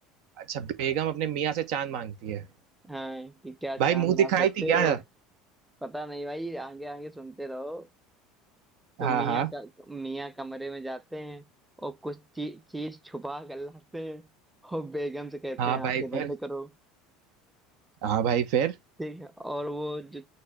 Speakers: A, on the right; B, in the centre.
A: अच्छा बेगम अपने मियाँ से चांद मांगती है
B: हाँ कि क्या चांद
A: भाई मुंह
B: ला
A: दिखाई
B: सकते
A: थी
B: हो
A: क्या
B: पता नहीं भाई आगे आगे सुनते रहो तो
A: हाँ
B: मियाँ
A: हाँ
B: का मियाँ कमरे में जाते हैं और कुछ ची, चीज छुपा कर लाते हैं और बेगम से कहते
A: हाँ
B: हैं आंखें
A: भाई
B: बंद
A: फिर
B: करो
A: हाँ भाई फिर
B: ठीक है और वो जो